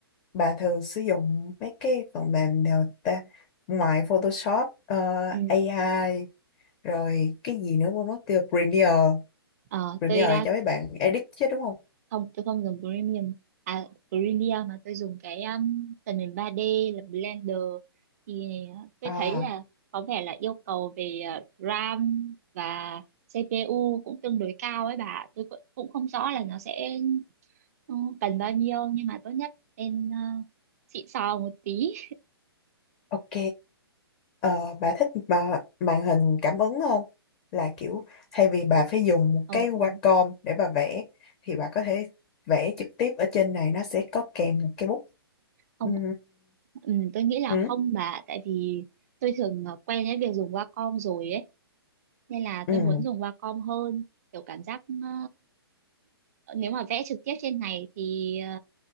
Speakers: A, on the left; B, on the right.
A: bà thường sử dụng mấy cái phần mềm nào ta? Ngoài Photoshop, ờ,
B: ừ.
A: AI, rồi cái gì nữa quên mất tiêu, Premiere.
B: Ờ,
A: Premiere
B: tôi à,
A: là cho mấy bạn edit chứ đúng không?
B: không tôi không dùng premium à premium mà tôi dùng cái um, tần nền 3D là Blender thì uh, tôi
A: À,
B: thấy là có vẻ là yêu cầu về uh, RAM và CPU cũng tương đối cao ấy bà tôi cũng cũng không rõ là nó sẽ ừ, cần bao nhiêu nhưng mà tốt nhất nên uh, xịn sò một tí
A: ok. Ờ, bà thích mà màn hình cảm ứng không? Là kiểu thay vì bà phải dùng một
B: ờ
A: cái Wacom
B: ờ.
A: để bà vẽ thì bà có thể vẽ trực tiếp ở trên này nó sẽ có kèm một cái bút.
B: không
A: Ừm,
B: ừ, tôi nghĩ là
A: ừ,
B: không bà tại vì tôi thường ờ, quen với việc dùng Wacom rồi ấy nên là
A: ừ.
B: tôi muốn dùng Wacom hơn kiểu cảm giác à, Ờ, nếu mà vẽ trực tiếp trên này thì ờ,